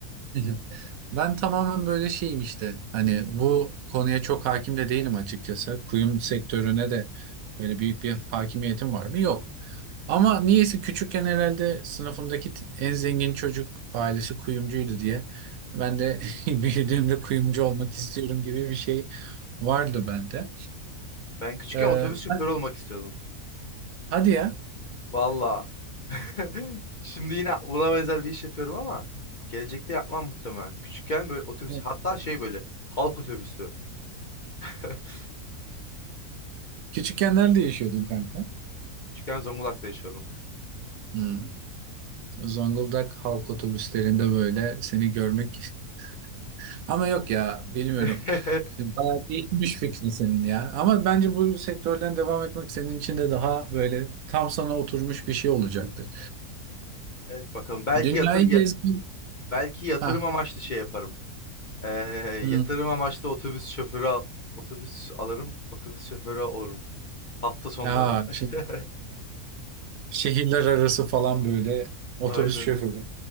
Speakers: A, on the right; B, on the left.
A: <laughs> Ben tamamen böyle şeyim işte. Hani bu konuya çok hakim de değilim açıkçası. Kuyum sektörüne de böyle büyük bir hakimiyetim var mı? Yok. Ama niyeyse küçükken herhalde sınıfımdaki t- en zengin çocuk ailesi kuyumcuydu diye. Ben de <laughs> büyüdüğümde kuyumcu olmak istiyorum gibi bir şey vardı bende.
B: Ben küçükken
A: Ee,
B: otobüs
A: sen,
B: şoförü olmak istiyordum.
A: hadi ya.
B: Valla. <laughs> Şimdi yine buna benzer bir iş yapıyorum ama gelecekte yapmam muhtemelen. Küçükken böyle otobüs
A: <laughs>
B: hatta şey böyle halk otobüslü. <laughs>
A: Küçükken nerede yaşıyordun kanka?
B: Küçükken Zonguldak'ta yaşıyordum.
A: Hmm. Zonguldak halk otobüslerinde böyle seni görmek <laughs> Ama yok ya bilmiyorum.
B: <laughs>
A: Bayağı değişmiş fikrin senin ya. Ama bence bu sektörden devam etmek senin için de daha böyle tam sana oturmuş bir şey olacaktır.
B: Evet bakalım. Belki
A: Dünyayı
B: yatır ya-
A: gezmek.
B: belki yatırım
A: Ha,
B: amaçlı şey yaparım. Ee,
A: hı.
B: yatırım amaçlı otobüs şoförü al- otobüs alırım. Otobüs şoförü olurum. Hafta sonları.
A: Ya,
B: <laughs>
A: şi- şehirler arası falan böyle otobüs
B: Aynen.
A: şoförü.